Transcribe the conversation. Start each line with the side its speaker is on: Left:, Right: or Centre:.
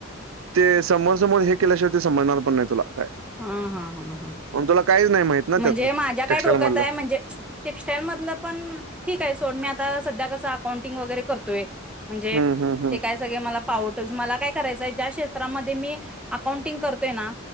Right: ते समोरासमोर हे केल्याशिवाय ते सजणार पण नाही तुला. काय.
Centre: हा हा हा हा
Right: मग तुला काहीच नाही माहीत ना
Centre: म्हणजे
Right: त्यातलं
Centre: माझ्या
Right: टेक्सटाईलमधलं.
Centre: काय डोक्यात आहे, म्हणजे टेक्सटाइल मधलं पण ठीक आहे, सोड मी आ ता सध्या कस अकाउंटिंग वगैरे करतोय. म्हणजे
Right: हं, हं, हं.
Centre: ते काय सगळे मला पावटच मला काय करायचंय ज्या क्षेत्रामध्ये मी. अकाउंटिंग करतोय ना.